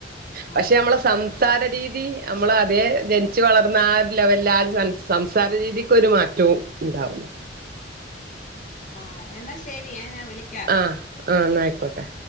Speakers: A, on the left; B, on the right.
A: ആ
B: പക്ഷെ
A: ആ.
B: അമ്മളെ സം സംസാര രീതി, അമ്മള് അതേ ജനിച്ച് വളർന്ന ആ ഒര് ലെവല്ല ആ ഒര് സ സംസാര രീതിക്കൊരു മാറ്റവും ണ്ടാവൂല
A: ആഹ് എന്നാ ശരിയേ ഞാൻ വിളി
B: ആഹ് ആഹ് ന്നാ ആയിക്കോട്ടെ.